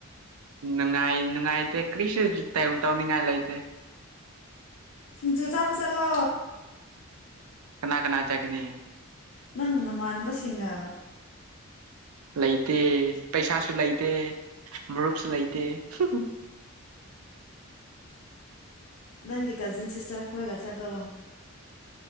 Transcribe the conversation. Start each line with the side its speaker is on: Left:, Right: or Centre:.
Right: ꯅꯨꯡꯉꯥꯏ ꯅꯨꯡꯉꯥꯏꯇꯦ ꯀꯔꯤꯁꯨ ꯇ ꯇꯧꯅꯤꯡꯉꯥꯏ ꯂꯩꯇꯦ
Left: ꯁꯤꯡꯖꯨ ꯆꯥꯕ ꯆꯠꯂꯣ
Right: ꯀꯅꯥ ꯀꯅꯥ ꯆꯠꯀꯅꯤ
Left: ꯅꯪ ꯅꯃꯥꯟꯅꯕꯁꯤꯡꯒ
Right: ꯂꯩꯇꯦ ꯄꯩꯁꯥꯁꯨ ꯂꯩꯇꯦ ꯃꯔꯨꯞꯁꯨ ꯂꯩꯇꯦ ꯍꯨꯡꯍꯨꯡ
Left: ꯅꯪꯗꯤ ꯀꯖꯤꯟ ꯁꯤꯁꯇꯔ ꯈꯣꯏꯒ ꯆꯠꯂꯣ